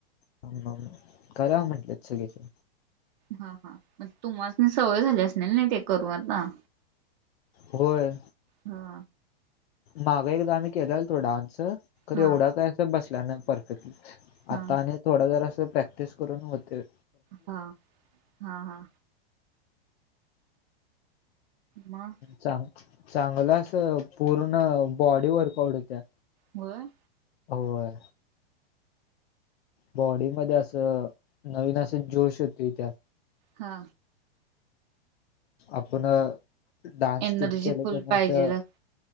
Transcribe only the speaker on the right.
हा हा... मग तुम्हासनी सवय झाली असणार नई.. ते करून आता
हा
हा
हा
हा... हाहा मग
व्हय?
हा
एनर्जी
फुल
पाहिजेला